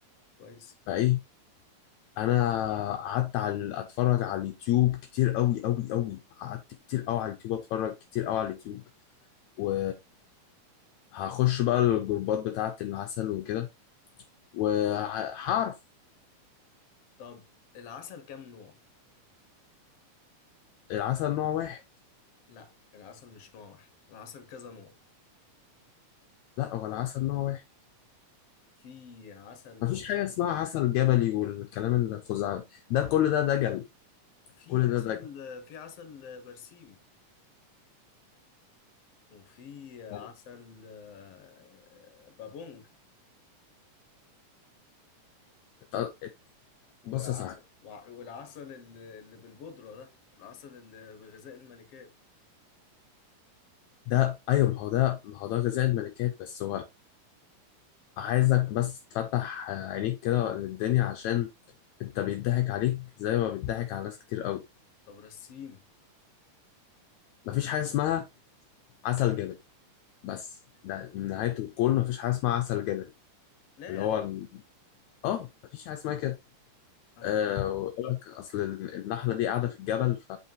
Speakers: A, on the left; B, on the left.
A: كويس
B: فايه انا قعدت على اتفرج على اليوتيوب كتير قوي قوي قوي قعدت كتير قوي على اليوتيوب اتفرج كتير قوي على اليوتيوب و هخش بقى الجروبات بتاعة العسل وكده وعارف
A: طب العسل كام نوع
B: العسل نوع واحد
A: لا العسل مش نوع واحد العسل كذا نوع
B: لا هو العسل نوع واحد
A: في عسل
B: مفيش حاجة اسمها عسل جبلي والكلام الخزعبلي ده كل ده دجل
A: في
B: كل
A: عسل
B: ده دجل
A: في عسل برسيم وفي عسل
B: يعني
A: آه، بابونج
B: ت-
A: وعسل
B: بص يا صاحبي
A: وع- والعسل اللي اللي بالبودرة ده العسل اللي بغذاء الملكات
B: ده ايوه ما هو ده ما هو ده غذاء الملكات بس هو عايزك بس تفتح عينيك كده للدنيا عشان انت بيضحك عليك زي ما بيضحك على ناس كتير قوي
A: طب رسيني
B: مفيش حاجة اسمها عسل جبلي بس ده نهاية الكون مفيش حاجة اسمها عسل جبلي
A: لا
B: اللي
A: يا
B: هو
A: أخي
B: ال- اه مفيش حاجة اسمها كده
A: أنا
B: آه
A: كنت
B: ويقول لك اصل النحله دي قاعده في الجبل ف